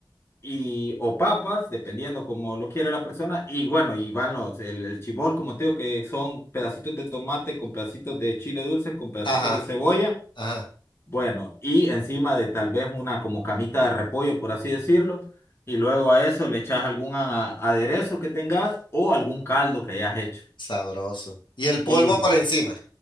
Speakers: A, on the left; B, on the left.
A: y o papas, dependiendo como lo quiera la persona. Y bueno, y van los, el, el chibol, como te digo, que son pedacitos de tomate con pedacitos de chile dulce, con pedacitos
B: Ajá,
A: de cebolla.
B: ajá.
A: Bueno, y encima de tal vez una como camita de repollo, por así decirlo. Y luego a eso le echas algún a- aderezo que tengas o algún caldo que hayas hecho.
B: Sabroso. Y el polvo
A: Y,
B: por encima.